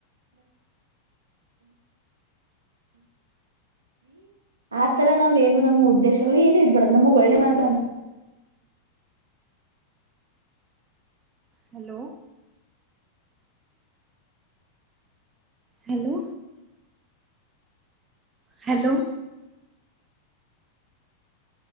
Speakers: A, on the right (about 75°); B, on the right (about 25°).
A: ಆ ತರ ನಾವೇ ನಮ್ಮ ಉದ್ದೇಶಗಳು ಏನು ಇರಬಾರದು ನಮ್ಗ್ ಒಳ್ಳೆ ಮಾಡ್ಬ
B: hello hello hello